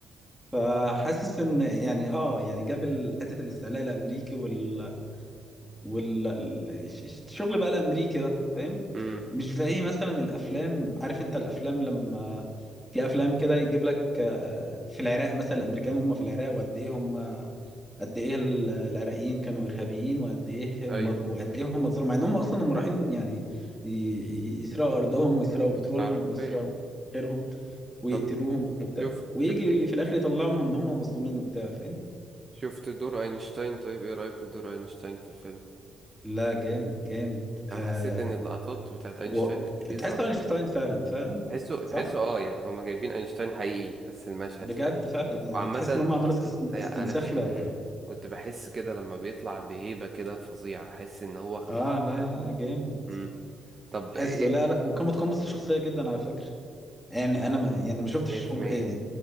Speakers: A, in the centre; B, on the right.
A: فحاسس إن يعني آه يعني جاب ال- حتة الاستعلاء الأمريكي وال... والشغل بقى الامريكي ده فاهم
B: اه
A: مش زي مثلا الافلام عارف انت الافلام لما في افلام كده يجيب لك آه، في العراق مثلا الامريكان هم في العراق وقد ايه هم قد ايه ال- العراقيين كانوا ارهابيين وقد ايه
B: ايوه
A: هم وقد ايه هم اتظلموا مع ان هم اصلا هم رايحين يعني ي- ي- يسرقوا ارضهم ويسرقوا بترولهم
B: عارفين
A: ويسرقوا غيرهم ويقتلوهم
B: طب
A: وبتاع
B: شفت
A: ويجي
B: شفت
A: في الاخر يطلعهم ان هم مظلومين وبتاع فاهم
B: شفت دور اينشتاين طيب ايه رأيك في دور اينشتاين في الفيلم
A: لا جامد جامد آه
B: انا حسيت ان اللقطات بتاعت اينشتاين
A: و...
B: اللي بيظهر
A: تحس اينشتاين
B: فيها دي
A: فعلا فاهم
B: تحسه
A: صح
B: تحسه اه يعني هما جايبين اينشتاين حقيقي بس المشهد
A: بجد
B: فاهم
A: فعلا يعني
B: وعامة
A: تحس ان هم عملوا است-
B: يعني
A: استنساخ
B: انا كنت
A: لا
B: كنت بحس كده لما بيطلع بهيبة كده فظيعة احس ان هو
A: اه لا
B: ده-
A: لا جامد
B: مم. طب
A: تحس
B: ايه
A: لا لا وكان متقمص الشخصيه جدا على فكره يعني انا
B: هو- آه،
A: ما يعني ما شفتش
B: 100%
A: أوب- إيه،